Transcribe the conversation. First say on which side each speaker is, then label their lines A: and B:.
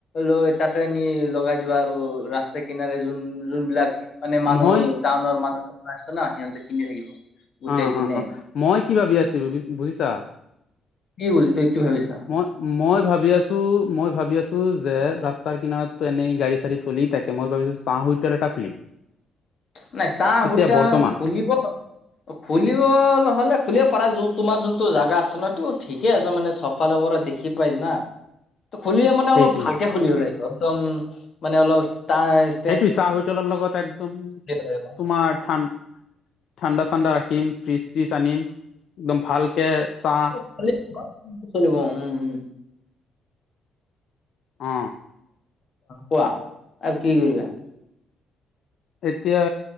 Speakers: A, on the left (about 40°); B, on the left (about 55°).
A: লৈ তাতে, কিনি লগাই দিবা আৰু ৰাস্তা কিনাৰে যোন যোনবিলাক মানে মানুহ,
B: মই
A: টাউনৰ মানুহ আছে না, সিহঁতে কিনি থাকিব। গোটেই
B: অ'
A: দিনে
B: অ' অ' মই কি ভাবি আছো বুজিছা?
A: কি বো কি ভাবিছো?
B: মই, মই ভাবি আছোঁ। মই ভাবি আছোঁ যে ৰাস্তাৰ কিনাৰতো এনেই গাড়ী চাড়ি চলি থাকে। মই ভাবিছোঁ চাহ হোটেল এটা খুলিম।
A: নাই চাহ
B: এতিয়া
A: হোটেল
B: বৰ্তমান
A: খুলিব। খুলিব হলে খুলিবে পাৰা তোমাৰ যোনতটো জাগা আছে নয় এইটো ঠিকে আছে মানে চ'ব। ফালৰ কৰা দেখি পাইছ না।
B: <unintelligible>
A: ত' খুলিলে মানে
B: সেইটোই
A: অলপ ভালকে খুলিব লাগিব। একদম মানে অলপ ইস্টাইল,
B: সেইটো চাহ হোটেল লগত একদম
A: লাগিব।
B: তোমাৰ ঠান্দা, ঠাণ্ডা ঠাণ্ডা ৰাখিম ফ্ৰিজ ত্ৰিজ আনিম। একদম ভালকে চাহ,
A: <unintelligible> চলিব উম' উম'।
B: অ।
A: কোৱা, আৰু কি কৰিবা?
B: এতিয়া